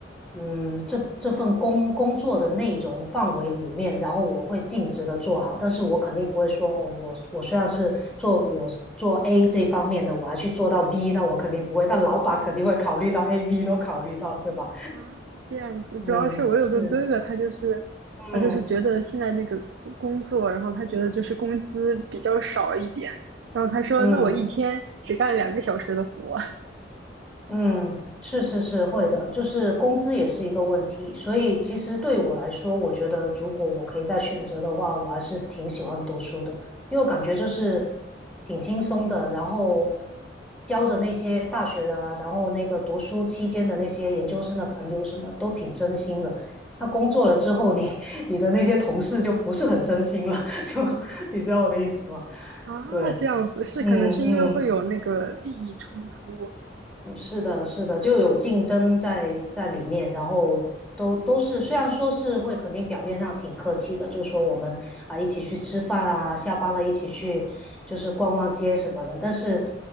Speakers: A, in the centre; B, on the right.
A: 嗯，这这份工工作的内容范围里面，然后我会尽职的做好，但是我肯定不会说哦，我我虽然是做我做 A 这方面的，我还去做到 B，那我肯定不会，但老板肯定会考虑到 A、B 都考虑到，对吧？
B: 啊这样子。主要是我有个哥哥，
A: 嗯，是，
B: 他就是他就是觉得现在那个工工作，
A: 嗯。
B: 然后他觉得就是工资比较少一点，然后他说那我一天只干两个小时的活。
A: 嗯嗯，是是是会的，就是工资也是一个问题，所以其实对我来说，我觉得如果我可以再选择的话，我还是挺喜欢读书的，因为我感觉就是挺轻松的，然后教的那些大学的啊，然后那个读书期间的那些研究生的朋友什么都挺真心的。那工作了之后你，<laughs> 你的那些同事就不是很真心了，<laughs> 就你知道我的意思吗？
B: 啊，
A: 对，
B: 这样子是可能是因为会有那个利益冲突
A: 嗯嗯嗯是的，是的，就有竞争在在里面，然后都都是虽然说是会肯定表面上挺客气的，就是说我们啊一起去吃饭啊，下班了一起去就是逛逛街什么的，但是